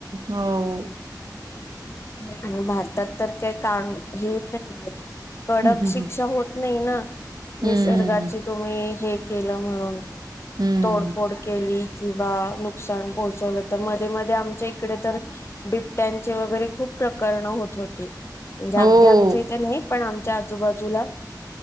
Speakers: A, on the right (about 65°); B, on the left (about 35°).
A: हो.
B: <unintelligible> आणि भारतात तर काही काण हे नाहीये कडक
A: हम्म हम्म
B: शिक्षा होत नाही ना
A: हम्म
B: निसर्गाची
A: हम्म
B: तुम्ही हे केलं म्हणून
A: हम्म
B: तोडफोड केली. किंवा नुकसान पोहोचवलं तर मध्ये-मध्ये आमच्या इकडे तर बिबट्यांचे वगैरे खूप प्रकरण होत होती म्हणजे अगदी
A: हो
B: आमच्या इथे नाही पण आमच्या आजूबाजूला